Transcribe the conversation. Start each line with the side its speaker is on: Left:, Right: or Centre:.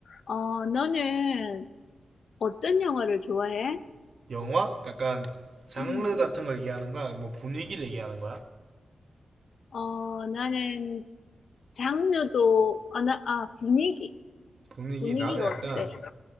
Left: 어, 너는 어떤 영화를 좋아해?
Right: 영화? 약간 장르
Left: 음,
Right: 같은 걸 얘기하는 거야? 뭐 분위기를 얘기하는 거야?
Left: 어, 나는 장르도, 아, 나, 아, 분위기.
Right: 분위기
Left: 분위기가
Right: 나는 약간
Left: 어때?